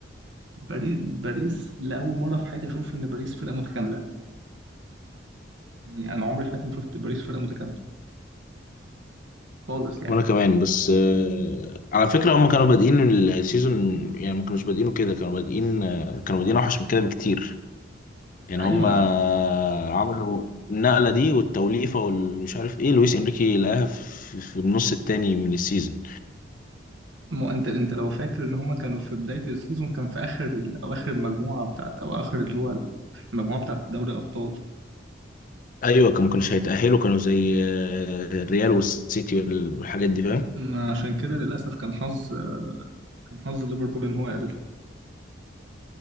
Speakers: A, on the right; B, on the left.
A: باريس باريس لاول مره في حياتي اشوف ان باريس فرقه متكامله يعني انا عمري في حياتي ما شفت باريس فرقه متكامله خالص يعني
B: وانا كمان بس آه، على فكرة هم كانوا بادئين السيزون يعني ما كانوش بادئينه كده كانوا بادئين آه، كانوا بادئين اوحش من كده بكتير يعني
A: ايوه
B: هم آه،
A: انا
B: عملوا النقلة دي والتوليفة والمش عارف ايه لويس انريكي لقاها في في النص التاني من السيزون
A: ما انت انت لو فاكر ان هما كانوا في بدايه السيزون كان في اخر او اخر المجموعه بتاعت او اخر اللي هو المجموعه بتاعت دوري الابطال
B: ايوه كانوا ما كانوش هيتأهلوا كانوا زي آه، الريال والسيتي والحاجات دي فاهم
A: ما عشان كده للاسف كان حظ كان حظ ليفربول ان هو يقابل